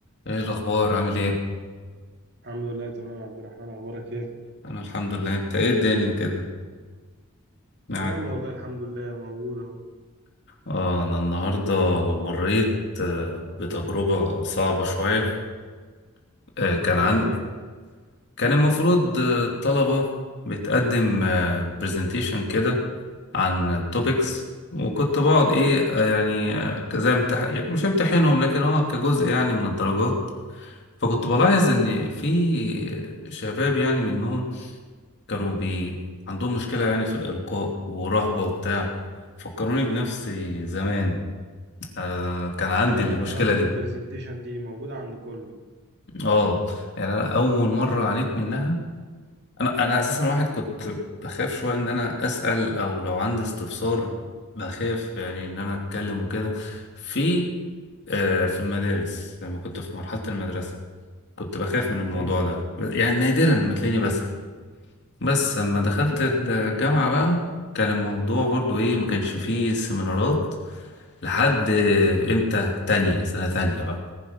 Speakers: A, on the left; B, on the right.
A: ايه الاخبار عامل ايه
B: الحمد لله تمام يا عبد الرحمن اخبارك ايه
A: انا الحمد لله انت ايه الدنيا كده معاك
B: تمام والله الحمد لله موجود اهو
A: اه انا النهارده مريت آه، بتجربه صعبه شويه آه، كان
B: تجربة
A: عن
B: ايه
A: كان المفروض آه، الطلبه بتقدم برزنتيشن كده عن توبكس وكنت بقعد ايه آه، يعني آه، زي امتح... مش امتحنهم لكن هو كجزء يعني من الدرجات فكنت بلاحظ ان في شباب يعني منهم كانوا بي عندهم مشكلة يعني في الإلقاء ورهبة وبتاع فكروني بنفسي زمان آه كان عندي
B: ايوه
A: المشكلة
B: رهبة
A: دي
B: البرزنتيشن دي موجودة عند كله
A: اه يعني أنا أول مرة عانيت منها أنا أنا أساسا واحد كنت بخاف شوية إن أنا أسأل أو لو عندي استفسار بخاف يعني إن أنا أتكلم وكده في آه في المدارس لما كنت في مرحلة المدرسة كنت بخاف من الموضوع
B: امم
A: ده يعني نادرا لما تلاقيني بسأل بس لما دخلت الجامعة بقى كان الموضوع برضو ايه ما كانش فيه سيمينارات لحد امتى تانية سنة تانية بقى